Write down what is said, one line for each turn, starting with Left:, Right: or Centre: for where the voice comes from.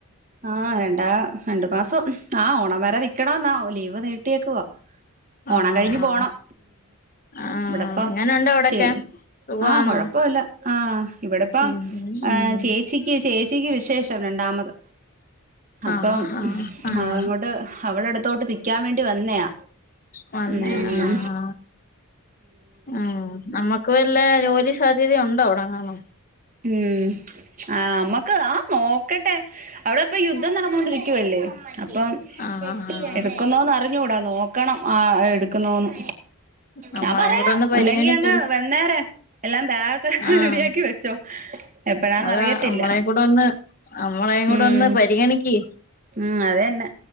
Right: ആഹ് രണ്ടാ രണ്ടു മാസം ആഹ ഓണം വരെ നിൽക്കണ എന്നോ ലീവ് നീട്ടിയക്കുവവാ ഓണം
Left: ആഹ്
Right: കഴിഞ്ഞു
Left: ആഹ്
Right: പോണം
Left: ആഹ് ആഹ്
Right: ഇവിടപ്പം
Left: എങ്ങനുണ്ട് അവിടൊക്കെ
Right: ചേച്ചി
Left: സുഖവാന്നോ
Right: ആഹ കെഴപ്പവുല്ല ആ് ഇവിടെപ്പം
Left: ഉം ഉം
Right: ചേച്ചിക്ക് ചേച്ചിക്ക് വിശേഷം രണ്ടാമത് അപ്പം
Left: ആഹ് ആഹ് ആഹ്
Right: അങ്ങോട്ട് അവള എടുത്തോട്ട് നിക്കാൻ വേണ്ടി വന്നയാ
Left: വന്നെ
Right: ഉം
Left: ആ ആഹാ ഉം നമ്മക്ക് വല്ല ജോലി സാ കര്യം ഉണ്ടേഅവിടെ കാണും
Right: ഉം ആ അമ്മക്ക് ആ നോക്കട്ടെ അവിടെ ഇപ്പ യുദ്ധം നടന്നോണ്ടിരിക്കുവല്ലേ അപ്പം
Left: ആഹ് ആഹ് ആഹ്
Right: എടുക്കുന്നോന്ന് അറിഞ്ഞൂടാ നോക്കണം ആ എടുക്കുന്നോന്ന്
Left: നമ്മളെയും
Right: ഞാ പറയാ
Left: കൂടെ ഒന്ന് പരിഗണിക്ക്
Right: ഉണ്ടെങ്കി അങ്ങ് വന്നേരെ എല്ലാം ബാഗ ഒക്കെ
Left: ആഹ്
Right: റെഡിയാക്കി വെച്ചോ എപ്പഴാന്നറിയത്തില്ല
Left: അതാ നമ്മളേയും കൂടെ ഒന്ന് നമ്മളേയും കൂടെ
Right: ഉം
Left: ഒന്ന് പരിഗണിക്കി.
Right: ഉം അത തന്നെ